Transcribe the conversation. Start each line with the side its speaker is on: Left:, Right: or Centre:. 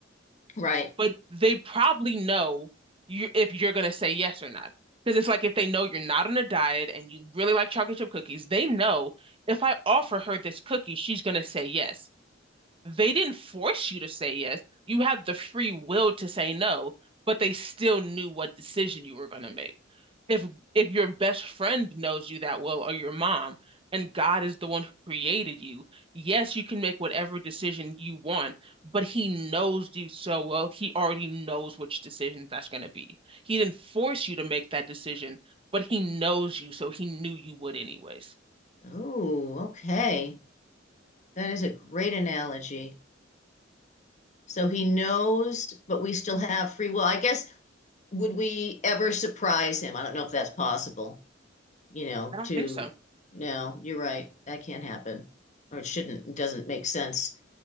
Left: right.
Right: but they probably know you if you're gonna say yes or not. Because it's like if they know you're not on a diet and you really like chocolate chip cookies, they know if I offer her this cookie, she's gonna say yes. They didn't force you to say yes. You had the free will to say no, but they still knew what decision you were gonna make if if your best friend knows you that well or your mom and God is the one who created you, yes, you can make whatever decision you want, but he knows you so well, he already knows which decision that's going to be. He didn't force you to make that decision, but he knows you, so he knew you would anyways.
Left: Oh, okay. That is a great analogy. So he knows, but we still have free will. I guess, would we ever surprise him? I don't know if that's possible, you know,
Right: I don't
Left: to,
Right: think so.
Left: no, you're right. That can't happen. Or it shouldn't, it doesn't make sense.